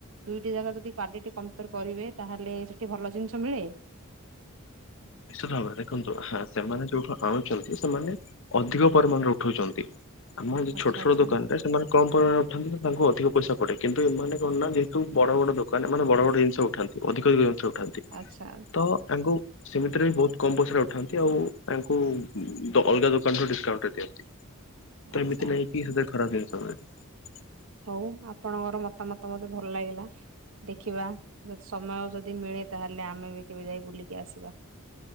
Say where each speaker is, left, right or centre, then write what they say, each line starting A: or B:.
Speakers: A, on the right; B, on the left.
A: ସେ ଜାଗା ରେ ଯଦି କ୍ଵାଲିଟି କମ୍ପୟେର କରିବେ ତାହେଲେ ସେଠି ଭଲ ଜିନିଷ ମିଳେ
B: ନିଶ୍ଚିତ ଭାବରେ ଦେଖନ୍ତୁ ହାଁ ସେମାନେ ଯୋଉ ଆ ଆଣୁଚନ୍ତି ସେମାନେ ଅଧିକ ପରିମାଣରେ ଉଠଉଛନ୍ତି ଆମ ଏ
A: ଆଚ୍ଛା
B: ଛୋଟ ଛୋଟ
A: ଆଚ୍ଛା
B: ଦୋକାନରେ କମ୍ ପରିମାଣରେ ଉଠାନ୍ତି ତ ତାଙ୍କୁ ଅଧିକ ପଇସା ପଡେ କିନ୍ତୁ ଏମାନେ କଣ ନା ଯେହେତୁ ବଡ଼ ବଡ଼ ଦୋକାନ ଏମାନେ ବଡ଼ ବଡ଼ ଜିନିଷ ଉଠାନ୍ତି ଅଧିକ ବି ଜିନିଷ ଉଠାନ୍ତି ତ
A: ଆଚ୍ଛା
B: ୟାଙ୍କୁ ସେମିତିରେ ବି ବହୁତ କମ ପଇସାରେ ଉଠାନ୍ତି ଆଉ ଆଙ୍କୁ ଦ ଅଲଗା ଦୋକାନ ରୁ ଡିସକାଉଣ୍ଟରେ ଦିଅନ୍ତି ତ
A: ଆଚ୍ଛା
B: ଏମିତି ନାଇଁ କି ସେଥିରେ ଖରାପ ଜିନିଷ ମିଳେ।
A: ହଉ ଆପଣଙ୍କର ମତାମତ ମତେ ଭଲ ଲାଗିଲା ଦେଖିବା ଯଦି ସମୟ ଯଦି ମିଳେ ତାହେଲେ ଆମେ ବି କେବେ ଯାଇ ବୁଲିକି ଆସିବା।